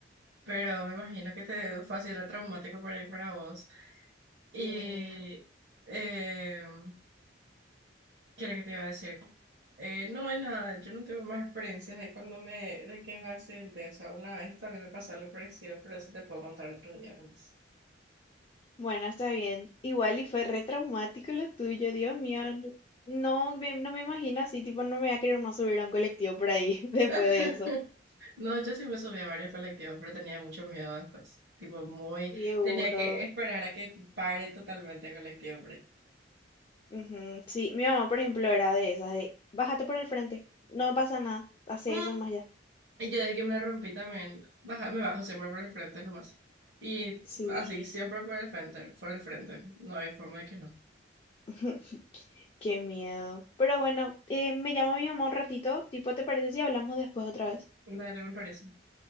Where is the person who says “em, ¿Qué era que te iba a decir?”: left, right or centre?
Right